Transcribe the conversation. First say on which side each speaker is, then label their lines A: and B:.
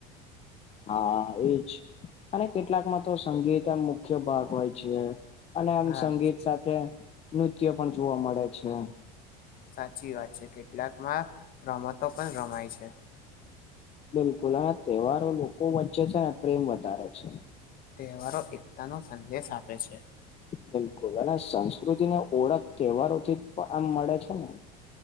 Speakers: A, on the left; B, on the left.
A: હા એજ અને કેટલાક માં તો સંગીત મુખ્ય ભાગ હોય છે અને આમ
B: હા
A: સંગીત સાથે નૃત્ય પણ જોવા મળે છે.
B: સાચી વાત છે કેટલાકમાં રમતો પણ રમાય છે.
A: બિલકુલ અને તહેવારો લોકો વચ્ચે છે ને પ્રેમ વધારે છે.
B: તહેવારો એકતાનો સંદેશ આપે છે.
A: બિલકુલ અને સંસ્કૃતિ ને ઓળખ તહેવારોથી પણ આમ મળે છે ને.